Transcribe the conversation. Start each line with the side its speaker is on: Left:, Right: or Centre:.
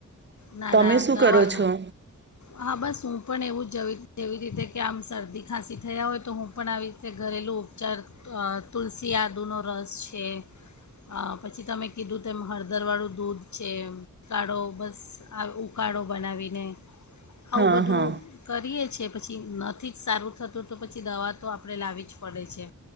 Left: ના,
Right: તમે
Left: ના
Right: શું
Left: દવા
Right: કરો છો
Left: હા બસ હું પણ એવું જ જેવી રીતે કે આમ શરદી ખાંસી થયા હોય તો હું પણ આવી રીતે ઘરેલું ઉપચાર અહ તુલસી, આદુનો રસ છે, અહ પછી તમે કીધું તેમ હળદરવાળું દૂધ છે, કાળો બસ હા ઉકાળો બનાવીને આવું
Right: હા
Left: બધું
Right: હા
Left: કરીએ છે. પછી નથી જ સારું થતું તો પછી દવા તો આપણે લાવી જ પડે છે.